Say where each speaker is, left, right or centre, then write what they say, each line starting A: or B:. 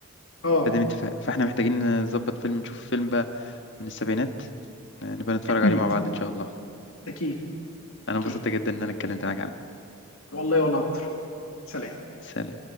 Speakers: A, on the left (about 80°); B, on the left (about 60°).
A: اه
B: فده متفق فاحنا محتاجين نظبط فيلم نشوف فيلم بقى من السبعينات آه، نبقى نتفرج
A: اكيد
B: عليه مع بعض ان شاء الله
A: اكيد
B: انا
A: اكيد
B: انبسطت جدا ان انا اتكلمت معاك عنه
A: والله وانا اكتر سلام
B: سلام